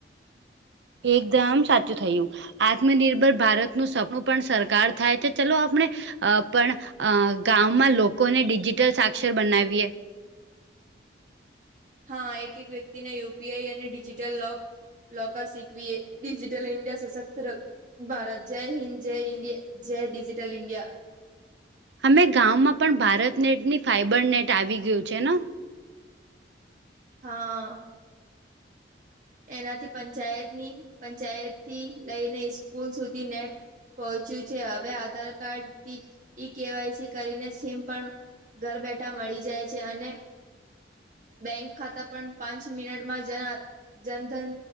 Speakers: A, on the right (about 80°); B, on the right (about 45°).
A: એકદમ સાચું થયું. આત્મનિર્ભર ભારતનું સપનું પણ સરકાર થાય છે ચલો આપણે અ પણ અ ગામમાં લોકોને ડિજિટલ સાક્ષર બનાવીએ.
B: હા એક એક વ્યક્તિને યુપીઆઈ અને ડિજિટલ લોક. લોકર શિકવી એ ડિજિટલ ન્ડિયા સશક્ત ર ભારત જય હિન્ જય ઇન્ડિયા જય ડિજિટલ ઇન્ડિયા
A: અમે ગામમાં પણ ભારતનેટની ફાઈબર નેટ આવી ગયું છે ને.
B: હા. એનાથી પંચાયતની પંચાયતથી લઈને સ્કૂલ સુધી નેટ. પહોંચ્યું છે હવે આધાર કાર્ડથી ઈ કેવાયસી કરીને સીમ પણ. ઘર બેઠા મળી જાય છે અને બેંક ખાતા પણ પાંચ મિનટમાં જયા જનધન